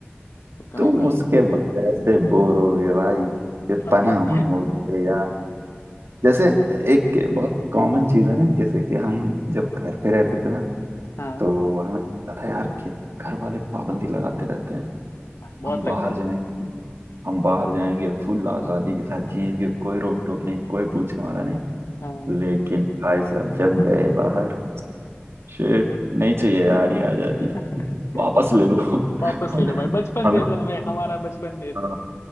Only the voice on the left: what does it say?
खत्म
है भाई
<laughs>
हाँ
हाँ
हाँ बहुत
लगता था
हाँ
<laughs>
ये
वापस
ले लो भाई बचपन
दे दो हमें हमारा बचपन दे
दो